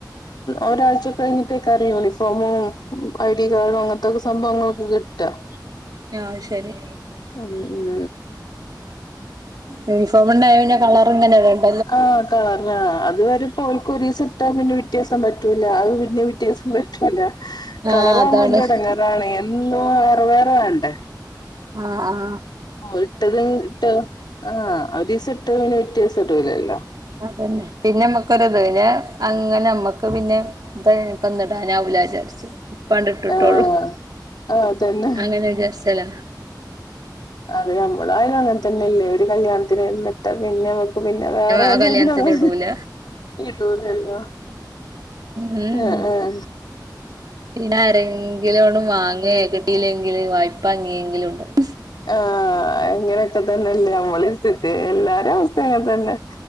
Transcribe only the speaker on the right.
ആഹ് ശരി
യൂണിഫോമ ഉണ്ടായ പിന്ന കളർ ഇങ്ങനെ വേണ്ടണ്ട്
ആ
അതാണ്
ആഹ ആഹ
അതന്നെ പിന്നെ നമ്മക്കൊത്ന്നെ അങ്ങനെ നമ്മക്ക് പിന്നെ ഇപ്പന്നിടാൻാവലാചാരിച്ചു ഇപ്പാണ്ട ഇട്ടുട്ടോളൂ
അങ്ങനെ വിചാസ്ല്ല
ആ കല്യാണത്തിന്
ഇടൂല
ഉം
പിന്നെ ആരെങ്കിലും ഒും വാങ്ങ കേക്കട്ടീല്ലെങ്കില് വായ്പ അങ്ങിയെങ്കിലും ഉണ്ടും